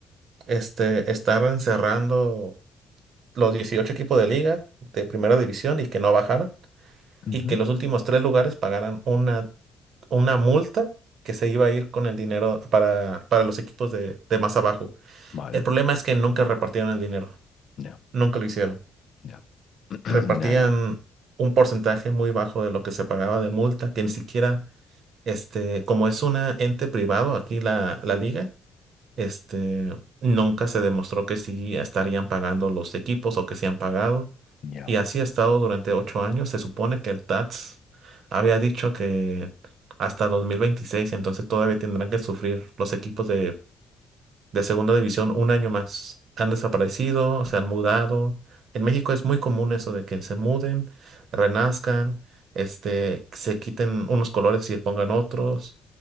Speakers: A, on the right; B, on the left.
A: este, estar encerrando los 18 equipos de liga de primera división y que no bajaran
B: Ujú.
A: y que los últimos tres lugares pagaran una, una multa que se iba a ir con el dinero para, para los equipos de, de más abajo.
B: Vale.
A: El problema es que nunca repartieron el dinero,
B: Ya,
A: nunca lo hicieron.
B: ya. <clears throat>
A: repartían
B: Ya, ya, ya.
A: un porcentaje muy bajo de lo que se pagaba de multa, que ni siquiera, este, como es una ente privado aquí la, la liga, este, nunca se demostró que sí estarían pagando los equipos o que sí han pagado.
B: Ya.
A: Y así ha estado durante ocho años. Se supone que el TATS había dicho que hasta dos mil veintiséis entonces todavía tendrán que sufrir los equipos de de segunda división un año más. Han desaparecido, se han mudado. En México es muy común eso de que se muden, renazcan, este, se quiten unos colores y se pongan otros.